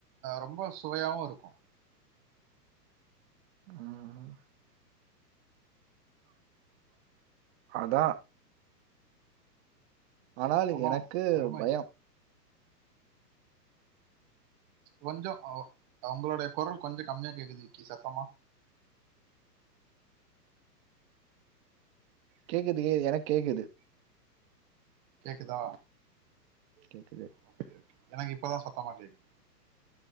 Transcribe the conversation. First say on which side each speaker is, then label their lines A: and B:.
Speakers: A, on the right (about 20°); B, on the right (about 40°).
A: ரொம்ப சுவையாவு இருக்கு
B: ம் அதா ஆனால்
A: ஆமாம்
B: எனக்கு
A: அருமை
B: பயோ
A: கொஞ்சோ அவங் நம்மளுடைய கொரல் கொஞ்ச கம்மியா கேக்குது விக்கி சத்தமா
B: கேக்குதே எனக்கு கேக்குது
A: கேக்குதா
B: கேக்குது
A: ம் எனக்கு இப்பதான் சத்தமா கேக்குது